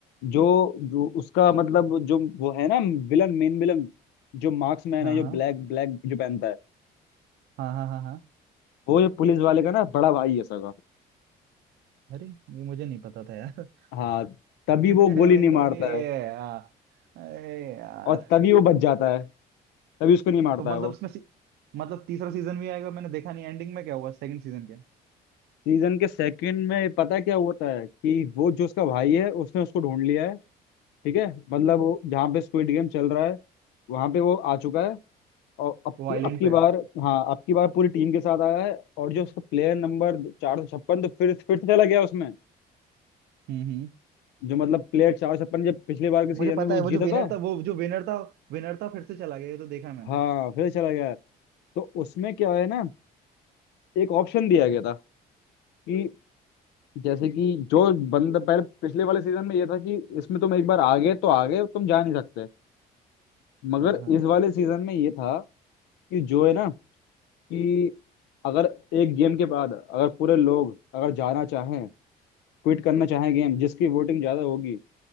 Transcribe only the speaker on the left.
जो जो उसका मतलब जो वो है ना विलन मेन विलन जो मार्क्समैन
है जो
ब्लैक ब्लैक जो पहनता है
वो जो पुलिस वाले का ना बड़ा भाई है सगा
हाँ तभी
वो
गोली नहीं मारता है
और तभी वो बच जाता है तभी उसको नहीं मारता
है वो
सीजन के सेकंड में पता है क्या होता है कि वो जो उसका भाई है उसने उसको ढूंढ लिया है ठीक है मतलब वो जहाँ पे स्क्विड गेम चल रहा है वहां पे वो आ चुका है और अब
की
अब की
बार हाँ अब की बार पूरी टीम के साथ आया है और जो उसका प्लेयर नंबर चार सौ छप्पन तो फिर फिर से चला गया उसमें
जो मतलब प्लेयर चार सौ छप्पन जब पिछले बार के सीजन
में वो
जीता
था
हाँ फिर चला गया है तो उसमें क्या है ना एक ऑप्शन दिया गया था कि जैसे कि जो बंदा पहले पिछले वाले सीजन में ये था कि इसमें तुम एक बार आ गए तो आ गए तुम जा नहीं सकते मगर
इस वाले सीजन में ये था कि जो है ना कि अगर एक गेम के बाद अगर पूरे लोग अगर जाना चाहें क्विट करना चाहे गेम जिसकी वोटिंग ज्यादा होगी